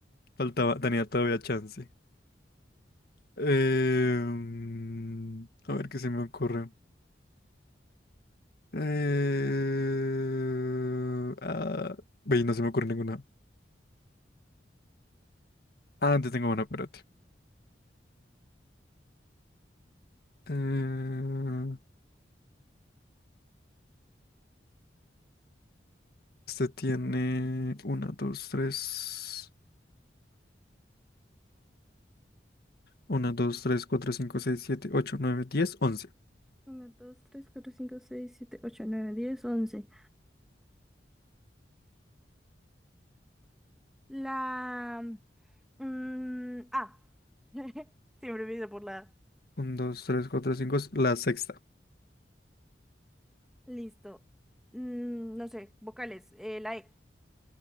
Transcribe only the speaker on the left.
Faltaba, tenía todavía chance. Em, a ver qué se me ocurre. Eh, ah, ve, no se me ocurre ninguna. Ah, antes tengo una, espérate. Eh, este tiene 1, 2, 3. 1, 2, 3, 4, 5, 6, 7, 8, 9, 10, 11.
1, 2, 3, 4, 5, la sexta.